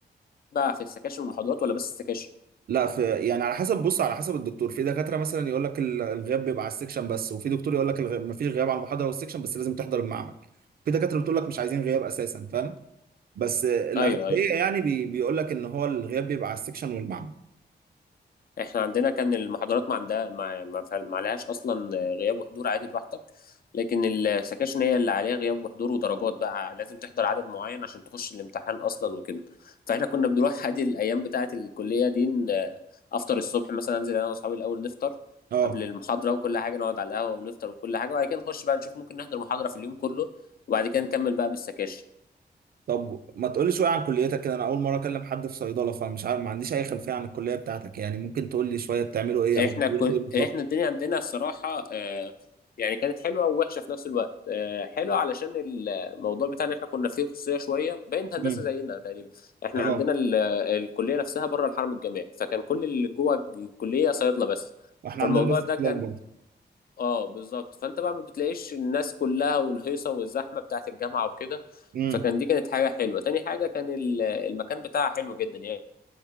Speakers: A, on the left (about 60°); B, on the right (about 60°).
A: بقى في السكاشن والمحاضرات ولا بس السكاشن
B: لا في يعني على حسب بص على حسب الدكتور في دكاتره مثلا يقول لك ال- الغياب بيبقى على السكشن بس وفي دكتور يقول لك ما فيش غياب على المحاضره والسكشن بس لازم تحضر المعمل في دكاتره بتقول لك مش عايزين غياب اساسا فاهم بس آه، الاغلبيه
A: ايوه ايوه
B: يعني بي بيقول لك ان هو الغياب بيبقى على السكشن والمعمل
A: احنا عندنا كان المحاضرات ما عندها ما ما فعل- ما عليهاش اصلا غياب وحضور عادي براحتك لكن السكاشن هي اللي عليها غياب وحضور ودرجات بقى لازم تحضر عدد معين عشان تخش الامتحان اصلا وكده فاحنا كنا بنروح عادي الايام بتاعه الكليه دي ن- افطر الصبح مثلا انزل انا واصحابي الاول نفطر
B: اه
A: قبل المحاضره وكل حاجه نقعد على القهوه ونفطر وكل حاجه وبعد كده نخش بقى نشوف ممكن نحضر محاضره في اليوم كله وبعد كده نكمل بقى بالسكاشن
B: طب ما تقولي شويه عن كليتك كده انا اول مره اكلم حد في صيدله فمش عارف ما عنديش اي خلفيه عن الكليه بتاعتك يعني ممكن تقول لي شويه بتعملوا ايه او
A: احنا
B: بتدرسوا
A: كن...
B: ايه بالظبط
A: احنا الدنيا عندنا الصراحه آه، يعني كانت حلوه ووحشه في نفس الوقت آه، حلوه علشان الموضوع بتاعنا احنا كنا فيه خصوصيه شويه باين هندسه
B: امم
A: زينا تقريبا احنا
B: اه
A: عندنا ال... الكليه نفسها بره الحرم الجامعي فكان كل اللي جوه الكليه صيادله بس
B: واحنا
A: فالموضوع
B: عندنا نفس
A: ده
B: الكلام
A: كان
B: برضه
A: اه بالظبط فانت بقى ما بتلاقيش الناس كلها والهيصه والزحمه بتاعت الجامعه وكده
B: امم
A: فكان دي كانت حاجه حلوه تاني حاجه كان ال- المكان بتاعها حلو جدا يعني